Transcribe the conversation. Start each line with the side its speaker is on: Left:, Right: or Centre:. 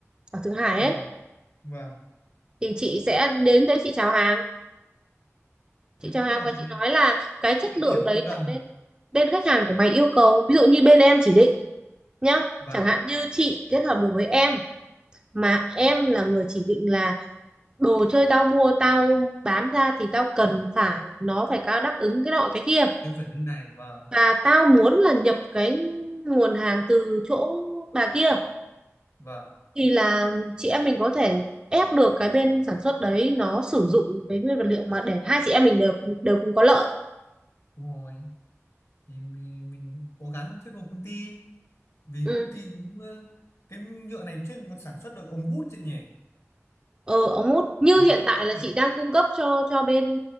Right: ở Thượng Hải
Left: Vâng.
Right: ấy
Left: Vâng.
Right: thì chị sẽ đến đấy chị chào hàng chị
Left: Thế
Right: chào
Left: cũng
Right: hàng
Left: được
Right: và chị
Left: nghe.
Right: nói là cái chất
Left: Địa
Right: lượng
Left: điểm
Right: đấy
Left: gần gần.
Right: là bên bên khách hàng của mày yêu cầu ví dụ như bên em chỉ định nhá
Left: Vâng.
Right: chẳng hạn như chị kết hợp được với em mà em là người chỉ định là đồ chơi tao mua tao bán ra thì tao cần phải nó phải có đáp ứng cái nọ cái kia
Left: tiêu chuẩn như này Vâng.
Right: và tao muốn là nhập cái nguồn hàng từ chỗ bà kia
Left: Vâng.
Right: thì là chị em mình có thể ép được cái bên sản xuất đấy nó sử dụng cái nguyên vật liệu mà để hai chị em mình đều đều cùng có lợi
Left: Đúng rồi. Thì mình, mình cố gắng thuyết phục công ty vì
Right: Ừ.
Left: công ty cũng ờ, cái nhựa này chuyên sản xuất được ống hút chị nhỉ?
Right: ờ ống hút như
Left: ống
Right: hiện
Left: hút
Right: tại
Left: các
Right: là
Left: kiểu
Right: chị đang cung cấp cho cho bên